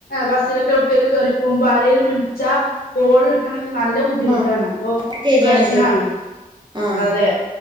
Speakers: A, on the left (about 85°); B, on the right (about 30°).
A: ബസ്സിലൊക്കെ എവിടു കേറി പോകുമ്പോ ആരെലും വിളിച്ച കോൾ എടു ക്കണെങ്കിൽ നല്ല ബുദ്ധിമുട്ടാണ്
B: ആ
A: അപ്പൊ
B: ശരിയാണ്
A: പ്രശ്നാണ്
B: ശരിയാണ് ആ
A: അതെ